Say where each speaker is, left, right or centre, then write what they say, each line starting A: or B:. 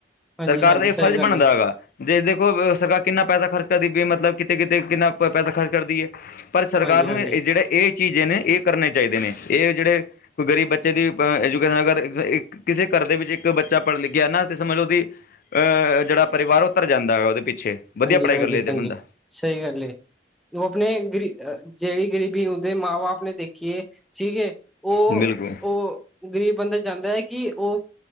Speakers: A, in the centre; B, on the left (about 50°).
A: ਹਾਂਜੀ
B: ਸਰਕਾਰ
A: ਹਾਂਜੀ
B: ਦਾ ਇਹ
A: ਸਹੀ
B: ਫਰਜ਼
A: ਗੱਲ
B: ਬਣਦਾ
A: ਹੈ
B: ਹੈਗਾ ਜੇ ਦੇਖੋ ਸਰਕਾਰ ਕਿੰਨਾ ਪੈਸਾ ਖਰਚ ਕਰਦੀ, ਵੀ ਮਤਲਬ ਕਿੱਤੇ ਕਿਤੇ ਕਿੰਨਾ ਪ ਪੈਸਾ ਖਰਚ ਕਰਦੀ ਏ ਪਰ ਸਰਕਾਰ
A: ਹਾਂਜੀ
B: ਨੂੰ
A: ਹਾਂਜੀ
B: ਜਿਹੜੇ ਇਹ ਚੀਜ਼ ਨੇ, ਇਹ ਕਰਨੇ ਚਾਹੀਦੇ ਨੇ, ਇਹ ਜਿਹੜੇ ਕੋਈ ਗਰੀਬ ਬੱਚੇ ਦੀ, ਐਜੂਕੇਸ਼ਨ ਅਗਰ ਇਕ ਕਿਸੇ ਘਰ ਦੇ ਵਿੱਚ ਇੱਕ ਬੱਚਾ ਪੜ੍ਹ ਲਿਖਿਆ ਨਾ, ਤੇ ਸਮਝ ਉਹਦੀ। ਅਹ ਜਿਹੜਾ ਪਰਿਵਾਰ ਉੱਤਰ ਜਾਂਦਾ, ਉਹਦੇ ਪਿੱਛੇ ਵਧੀਆ
A: ਹਾਂਜੀ
B: ਪੜ੍ਹਾਈ
A: ਹਾਂਜੀ
B: ਕਰ ਲਦੇ
A: ਹਾਂਜੀ
B: ਬੰਦਾ।
A: ਸਹੀ ਗੱਲ ਏ, ਉਹ ਆਪਣੇ ਗਰੀ ਜਿਹੜੀ ਗਰੀਬੀ ਉਹਦੇ ਮਾਂ ਬਾਪ ਨੇ ਦੇਖੀ ਏ। ਠੀਕ, ਉਹ
B: ਬਿਲਕੁਲ
A: ਉਹ। ਗ਼ਰੀਬ ਬੰਦਾ ਚਾਹੁੰਦਾ ਹੈ, ਕਿ ਉਹ